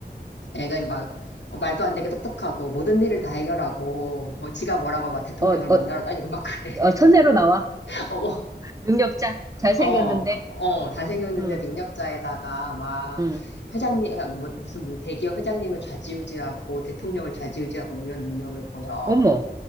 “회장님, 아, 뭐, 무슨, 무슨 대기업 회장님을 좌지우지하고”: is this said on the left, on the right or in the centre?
Left